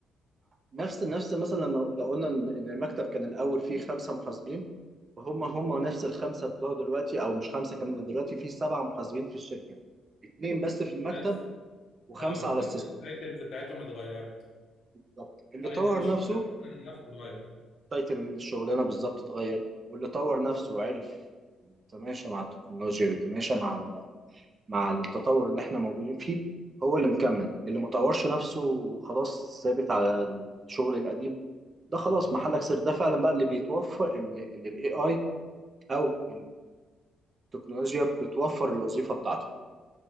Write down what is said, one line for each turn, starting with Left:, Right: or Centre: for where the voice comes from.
Right: نفس نفس مثلا لما لو قلنا ان إن المكتب كان الاول فيه خمسه محاسبين وهم هم نفس الخمسه بتوع دلوقتي او مش خمسه كمان ده دلوقتي فيه سبعه محاسبين في الشركه اتنين بس في المكتب
Left: بس
Right: وخمسه
Left: اه
Right: على
Left: بس
Right: السيستم
Left: التايتلز بتاعتهم اتغيرت
Right: بالظبط اللي
Left: تايتل
Right: طور
Left: الشغلانه
Right: نفسه
Left: نفسه اتغير
Right: تايتل الشغلانه بالظبط اتغير واللي طور نفسه وعرف يتماشى مع التكنولوجيا ويتماشى مع ال- مع التطور اللي احنا موجودين فيه هو اللي مكمل اللي ما طورش نفسه خلاص ثابت على الشغل القديم ده خلاص محلك سر ده فعلا بقى اللي بيتوفر اللي الاي اي او التكنولوجيا بتوفر الوظيفه بتاعته